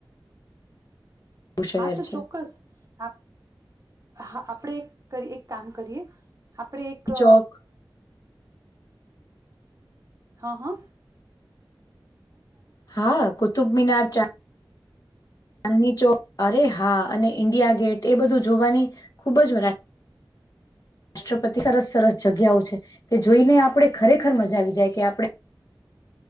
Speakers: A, on the left; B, on the right.
A: શહેર
B: હા તો
A: છે
B: ચોક્કસ <unintelligible> આપ હા! આપણે કરી, એક કામ કરીએ. આપડ એક અ
A: ચોક
B: હ હ!
A: હા કુતુબમિનાર, ચાંદ <unintelligible> ચાંદની ચોક અરે હા અને ઈન્ડિયા ગેટ એ બધું જોવાની ખૂબ જ, <unintelligible> રાષ્ટ્રપતિ સરસ સરસ જગ્યાઓ છે, કે જોઈને આપણે ખરેખર મજા આવી જાય કે આપડે